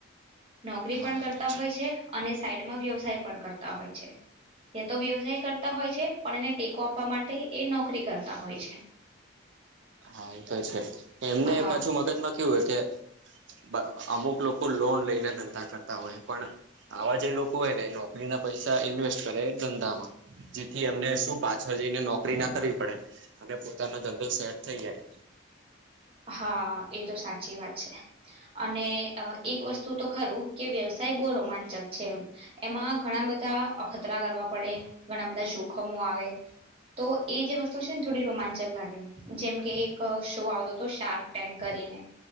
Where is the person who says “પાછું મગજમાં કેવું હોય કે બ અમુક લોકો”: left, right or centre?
Right